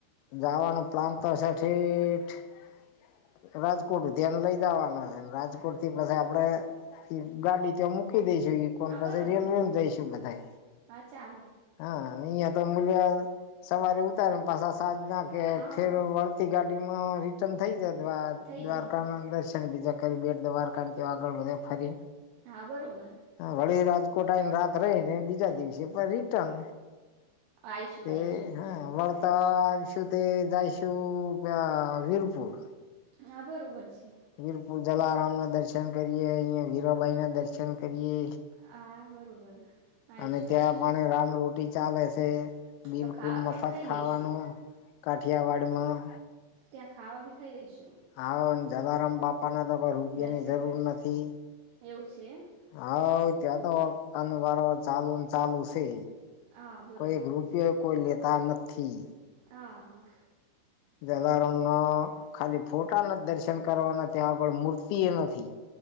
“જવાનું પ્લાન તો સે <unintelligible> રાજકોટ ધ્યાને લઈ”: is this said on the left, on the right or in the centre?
Left